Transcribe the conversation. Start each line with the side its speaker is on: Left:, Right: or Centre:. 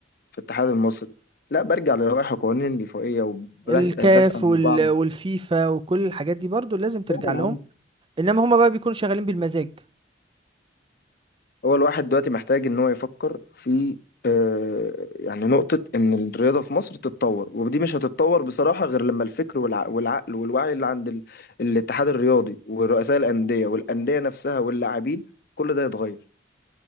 Left: في الاتحاد المصري لا برجع للوائح قوانين الفوقيه وبسال
Right: الكاف
Left: بسال
Right: وال
Left: من
Right: والفيفا وكل الحاجات دي برضو لازم ترجع
Left: بعض
Right: لهم انما هما بقى بيكونوا شغالين بالمزاج
Left: هو الواحد دلوقتي محتاج ان هو يفكر في آه، يعني نقطة ان الرياضة في مصر تتطور ودي مش هتتطور بصراحة غير لما الفكر والع- والعقل والوعي اللي عند ال- الاتحاد الرياضي ورؤساء الأندية والأندية نفسها واللاعبين كل ده يتغير